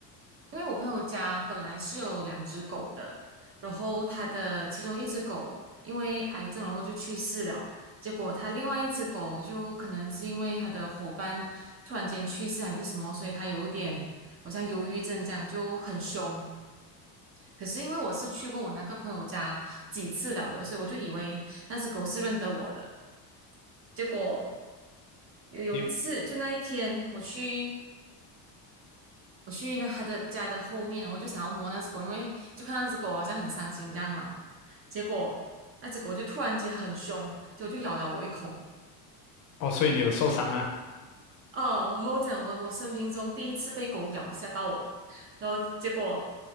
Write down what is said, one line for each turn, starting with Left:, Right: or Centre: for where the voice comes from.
Right: 因为我朋友家本来是有两只狗的，然后他的其中一只狗因为癌症然后就去世了。结果他另外一只狗就可能是因为他的伙伴突然间去世还是什么，所以他有点好像忧郁症这样就很凶。可是因为我是去过我那个朋友家几次了的，所以我就以为那只狗是认得我的。结果有有一次，
Left: 你
Right: 就那一天，我去我去那他的家的后面，我就想要摸那只狗，因为就看那只狗好像很伤心这样嘛。结果那只狗就突然间很凶，结果就咬了我一口。
Left: 哦，所以你有受伤啊？
Right: 哦，然后讲我我生平中第一次被狗咬，吓到我，然后结果